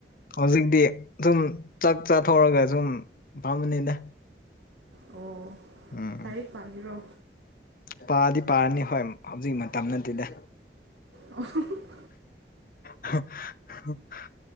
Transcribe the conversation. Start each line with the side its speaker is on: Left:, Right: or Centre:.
Left: ꯍꯧꯖꯤꯛꯇꯤ ꯁꯨꯝ ꯆꯥꯛ ꯆꯥꯊꯣꯛꯔꯒ ꯁꯨꯝ ꯐꯥꯝꯕꯅꯤꯗ
Right: ꯑꯣ
Left: ꯎꯝ
Right: ꯂꯥꯏꯔꯤꯛ ꯄꯥꯒꯦꯔꯣ
Left: ꯄꯥꯗꯤ ꯄꯥꯔꯅꯤ ꯍꯣꯏ ꯍꯧꯖꯤꯛ ꯃꯇꯝ ꯅꯠꯇꯦꯗ
Right: ꯑꯣ <inaudible>
Left: ꯍꯥ ꯍꯥ <inaudible>